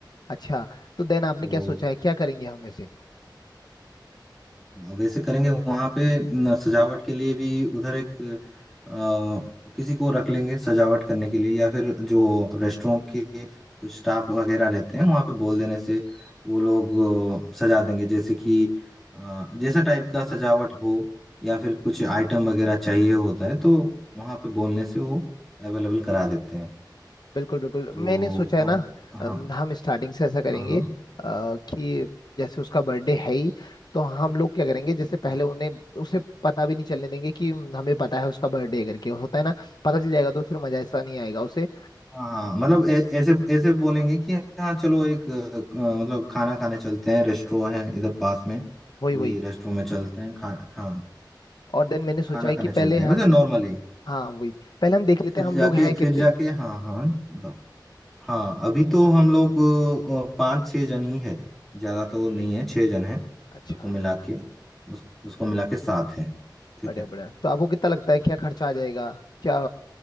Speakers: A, on the left; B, in the centre.
A: अच्छा तो देन आपने
B: तो
A: क्या सोचा है क्या करेंगे हम ऐसे
B: वैसे करेंगे वहां पे न, सजावट के लिए भी उधर एक अ, किसी को रख लेंगे सजावट करने के लिए या फिर जो रेस्टोरेंट के कुछ स्टाफ वगैरह रहते हैं वहां पे बोल देने से वो लोग अ, सजा देंगे जैसे कि अ, जैसा टाइप का सजावट हो या फिर कुछ आइटम वगैरह चाहिए होता है तो वहां पे बोलने से वो अवेलेबल करा देते हैं
A: बिल्कुल बिल्कुल
B: तो
A: मैंने सोचा है
B: अब
A: ना अम,
B: हाँ
A: हम स्टार्टिंग से ऐसा करेंगे
B: हाँ हाँ
A: अ, कि जैसे उसका बर्थडे है ही तो हम लोग क्या करेंगे जैसे पहले
B: हाँ।
A: उन्हें उसे पता भी नहीं चलने देंगे कि हमें पता है उसका बर्थडे करके होता है ना पता चल जाएगा तो फिर मजा ऐसा नहीं आएगा उसे
B: हाँ हाँ, मतलब ऐ- ऐसे ऐसे बोलेंगे कि हाँ चलो एक अ, मतलब खाना खाने चलते हैं रेस्टोरेंट है इधर पास में
A: वही वही
B: वही रेस्टोरेंट में चलते हैं खा, हाँ
A: और देन मैंने सोचा
B: खाना
A: है कि
B: खाने
A: पहले
B: चलते
A: हम
B: हैं वैसे नॉर्मली
A: हाँ वही पहले हम देख लेते
B: फिर
A: हैं हम
B: जाके
A: लोग हैं कितने
B: फिर जाके हाँ हाँ बताओ हाँ अभी तो हम लोग अ, पाँच छः जन ही है ज्यादा तो नहीं है छः जन है
A: अच्छा
B: सबको मिला के उस, उसको मिला के सात है ठीक
A: बढ़िया
B: है
A: बढ़िया तो आपको कितना लगता है क्या खर्चा आ जाएगा क्या